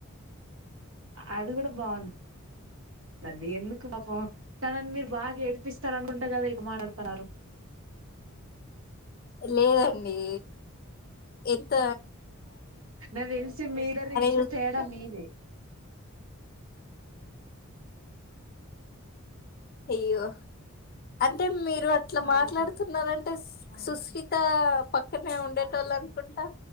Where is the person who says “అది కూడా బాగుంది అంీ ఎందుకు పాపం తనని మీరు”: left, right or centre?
Right